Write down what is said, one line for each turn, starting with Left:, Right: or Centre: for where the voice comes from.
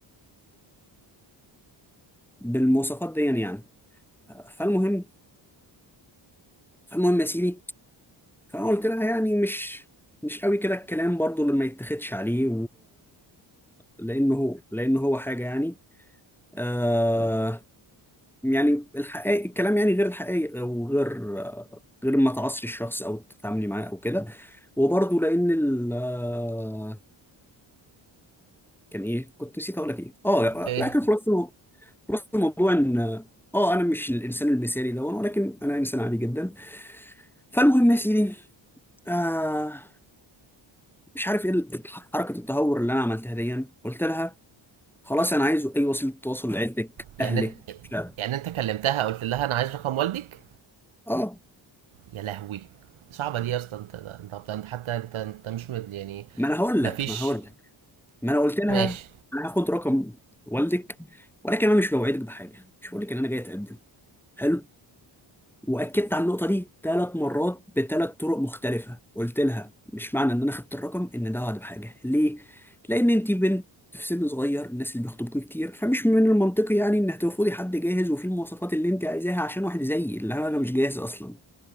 Centre: بالمواصفات دي يعني فالمهم فالمهم يا سيدي فانا قلت لها يعني مش مش قوي كده الكلام برضو اللي ما يتاخدش عليه لانه هو لانه هو حاجه يعني آه يعني الحقيقة الكلام يعني غير الحقيقي وغير آه، غير ما تعصري الشخص او تتعاملي معاه او كده وبرضه لان ال آه، كان ايه كنت نسيت اقول لك ايه اه
Right: ايه
Centre: لكن خلاصه المو- خلاصه الموضوع ان اه انا مش الانسان المثالي ده ولكن انا انسان عادي جدا فالمهم يا سيدي آه مش عارف ايه ال- حركه التهور اللي انا عملتها دي قلت لها خلاص انا عايز اي وسيله تواصل لعيلتك
Right: يعني
Centre: اهلك
Right: انت
Centre: مش عارف
Right: يعني انت كلمتها قلت لها انا عايز رقم والدك
Centre: اه
Right: يا لهوي صعبة دي يا اسطى انت ده- انت طب انت حتى انت انت مش مد يعني
Centre: ما انا هقول
Right: مفيش
Centre: لك ما انا هقول لك ما انا قلت لها
Right: ماشي
Centre: انا هاخد رقم والدك ولكن انا مش بوعدك بحاجه مش بقول لك ان انا جاي اتقدم حلو واكدت على النقطه دي ثلاث مرات بثلاث طرق مختلفه قلت لها مش معنى ان انا خدت الرقم ان ده وعد بحاجه ليه لان انت بنت في سن صغير الناس اللي بيخطبوك كتير فمش من المنطقي يعني ان هترفضي حد جاهز وفيه المواصفات اللي انت عايزاها عشان واحد زيي اللي انا مش جاهز اصلا